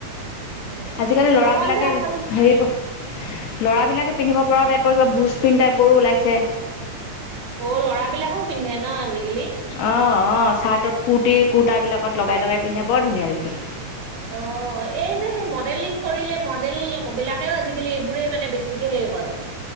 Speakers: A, on the right; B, on the left.
A: উম
B: আজি-কালি ল'ৰাবিলাকে
A: অকল যে অসম
B: হেৰি ল'ৰাবিলাকে পিন্ধিব পৰা টাইপৰ যে ব্ৰুজ পিণ্ট টাইপৰো ওলাইছে।
A: অ' ল'ৰাবিলাকো পিন্ধে না আজিকালি?
B: অ অ চাৰ্টত কুৰ্তি, কুুৰ্তাবিলাকত লগাই-লগাই পিন্ধে বৰ ধুনীয়া দেখি।
A: অ এই যে সেই মডেলিং কৰিলে মডেল বিলাকেও আজি-কালি এইবোৰে মানে বেছিকে হেই কৰে।